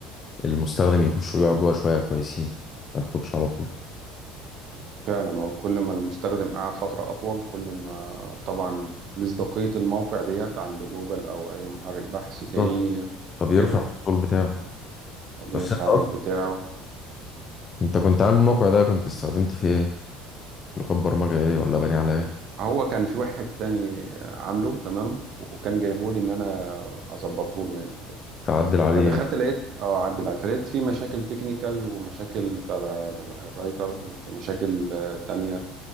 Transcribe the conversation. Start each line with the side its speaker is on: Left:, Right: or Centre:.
Left: المستخدم يخش ويقعد جوه شوية كويسين ما يخرجش على طول
Right: فعلا هو كل ما المستخدم قعد فتره اطول كل ما طبعا مصداقيه الموقع ديت عند جوجل او اي محرك بحث تاني
Left: بالظبط فبيرفع
Right: كبرت
Left: الوصول بتاعه
Right: بيرفع
Left: بس انت اصلا
Right: الريت بتاعه
Left: انت كنت عامل الموقع ده كنت استخدمت فيه ايه لغة برمجة ايه ولا بني على ايه
Right: هو كان في واحد تاني عامله تمام وكان جايبه لي ان انا اظبطه له يعني وكده
Left: تعدل عليه
Right: فدخلت
Left: يعني
Right: لقيت اه اعدل عليه فلقيت في مشاكل تكنيكال ومشاكل تبع الر- الرايتر ومشاكل آه، تانية